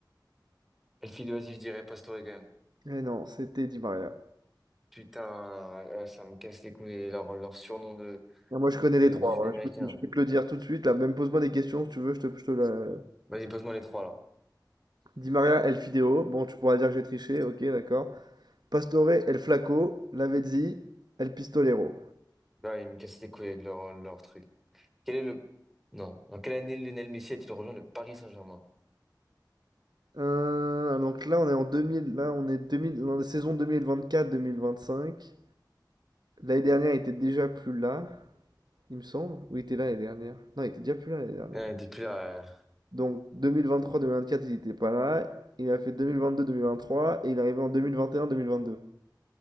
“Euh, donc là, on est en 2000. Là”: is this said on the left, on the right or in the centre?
Right